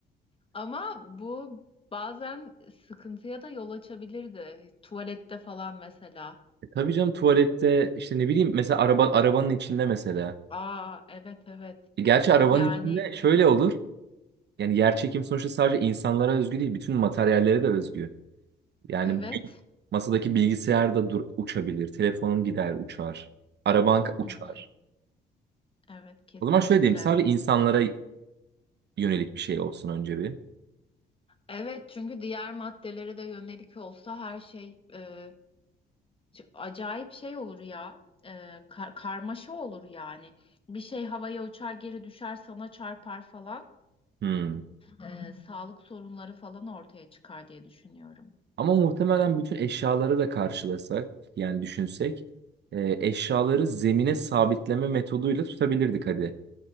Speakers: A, on the left; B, on the right.
A: Ama bu bazen sıkıntıya da yol açabilirdi. Tuvalette falan mesela.
B: E tabii canım tuvalette işte ne bileyim mesela araba arabanın içinde mesela.
A: Aa evet evet.
B: E gerçi arabanın
A: Yani
B: içinde şöyle olur. Yani yerçekim sonuçta sadece insanlara özgü değil, bütün materyallere de özgü. Yani
A: evet.
B: bugün masadaki bilgisayar da dur, uçabilir, telefonun gider, uçar, araban ka- uçar.
A: Hı hı, Evet kesinlikle.
B: O zaman şöyle diyeyim. Sadece insanlara yönelik bir şey olsun önce bir.
A: Evet çünkü diğer maddelere de yönelik olsa her şey e, acayip şey olur ya. E, kar- karmaşa olur yani. Bir şey havaya uçar geri düşer sana çarpar falan.
B: Hmm.
A: E, sağlık sorunları falan ortaya çıkar diye düşünüyorum.
B: Ama muhtemelen bütün eşyaları da karşılasak yani düşünsek e, eşyaları zemine sabitleme metoduyla tutabilirdik hadi.